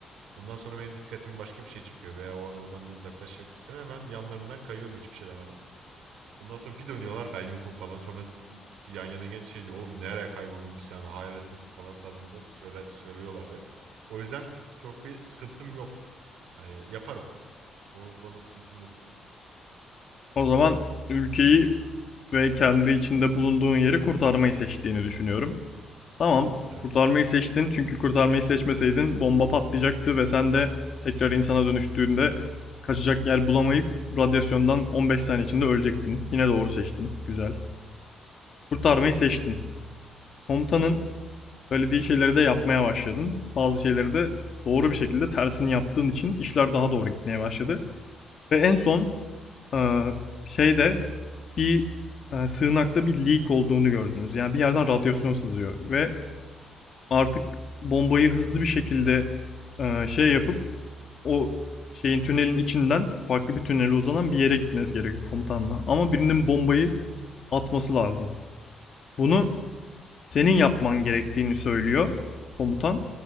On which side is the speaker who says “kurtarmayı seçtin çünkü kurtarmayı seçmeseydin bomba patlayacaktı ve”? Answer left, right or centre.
Left